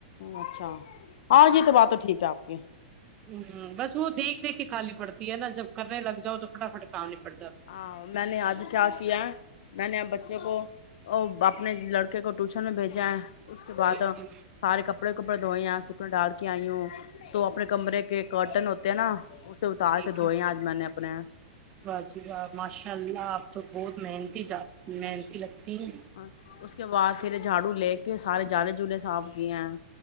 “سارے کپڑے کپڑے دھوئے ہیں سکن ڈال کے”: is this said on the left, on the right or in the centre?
Left